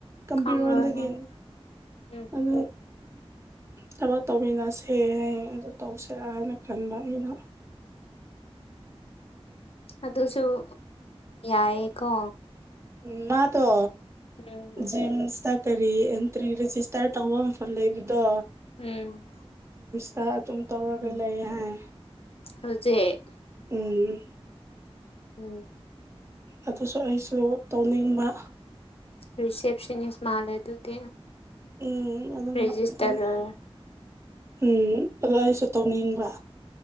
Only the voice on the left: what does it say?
ꯈꯪꯔꯣꯏ ꯍꯣꯏ ꯎꯝ
ꯑꯗꯨꯁꯨ ꯌꯥꯏꯌꯦꯀꯣ
ꯎꯝ
ꯎꯝ
ꯎꯝ
ꯍꯧꯖꯤꯛ
ꯎꯝ
ꯔꯤꯁꯦꯞꯁꯅꯤꯟꯁ ꯃꯥꯜꯂꯦ ꯑꯗꯨꯗꯤ
ꯔꯦꯖꯤꯁꯇꯔ